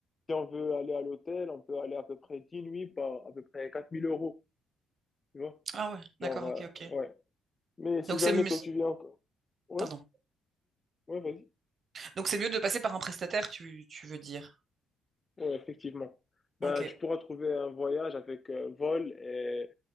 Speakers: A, on the left (about 20°); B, on the right (about 40°).
A: si on veut aller à l'hôtel, on peut aller à peu près 10 nuits par à peu près 4000 euros, tu vois.
B: Ah ouais, d'accord,
A: Genre, euh,
B: ok, ok.
A: ouais. Mais si
B: Donc
A: jamais
B: c'est mieux,
A: toi tu viens, encore. ouais,
B: pardon.
A: ouais, vas-y.
B: Donc c'est mieux de passer par un prestataire, tu, tu veux dire.
A: Oui, effectivement. Bah,
B: Ok,
A: tu pourras trouver un voyage avec euh, vol et,